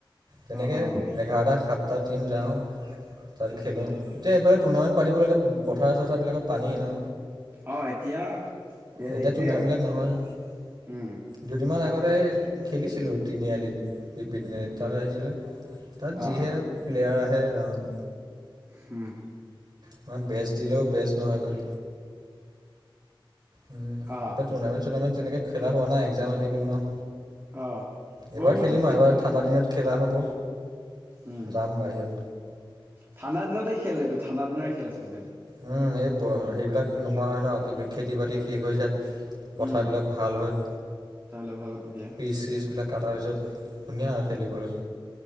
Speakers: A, on the right; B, on the right.
A: তেনেকৈ
B: অ অ
A: এঘাৰটা সাত তাত টিম যাওঁ তাত খেলোঁ এতিয়া এইফালে টুৰ্ণামেণ্ট পাতিবলৈ এতিয়া পথাৰ চথাৰ বিলাকত পানীয় নো
B: অঁ এতিয়া সেইটোৱেই
A: এতিয়া টুৰ্ণামেণ্টবিলাক
B: আৰু
A: নহয় দুদিনমান আগতে খেলিছিলোঁ তিনিআলিত বি পি তিনিআলিত
B: তেনে
A: তাত আহিছিলে তাত
B: অ
A: যিহে
B: অ
A: প্লেয়াৰ আহে ৰাম
B: হম
A: ইমান বেষ্ট দিলেও বেষ্ট নহয়গৈ উম
B: অ
A: এতিয়া টুৰ্নামেণ্টত চুনামেণট তেনেকে খেলা হোৱা নাই জাম হৈ আহি গ'ল ন
B: অ'
A: এইবাৰ
B: মোৰ মতে
A: খেলিম
B: সেইটোৱে
A: এইবাৰ ঠাণ্ডা
B: আৰু।
A: <unintelligible> হ'ব
B: উম
A: যাম বাহিৰত
B: ঠাণ্ডা দিনতে খেল এইটো ঠাণ্ডা দিনৰে খেল আচলতে।
A: উম, এই বৰ সেইবিলাক নোহোৱা হয় ন কি বুলি খেতি বাতি শেষ হৈ যায় পথাৰবিলাক
B: উম
A: ভাল হয়
B: কথাবিলাক ভাল তেতিয়া
A: পিচ চিচবিলাক কাটা পিছত ধুনীয়া আৰু খেলিবলে।